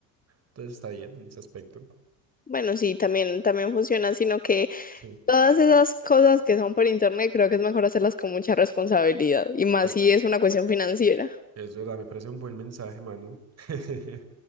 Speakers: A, on the right; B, on the left.
A: Entonces está bien en ese aspecto.
B: Bueno, sí, también, también funciona, sino que
A: Sí,
B: todas esas cosas que son por internet creo que es mejor hacerlas con mucha responsabilidad y más
A: eso.
B: si es una cuestión financiera.
A: Es verdad, me parece un buen mensaje, Manu, <laughs>